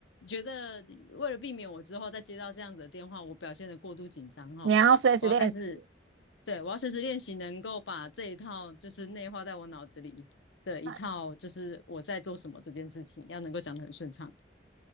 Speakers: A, on the left; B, on the right.
A: 觉得为了避免我之后再接到这样子的电话，我表现的过度紧张哈，
B: 你要随时练习
A: 我要开始，对，我要随时练习能够把这一套就是内化在我脑子里的一套，
B: 啊。
A: 就是我在做什么这件事情，要能够讲的很顺畅。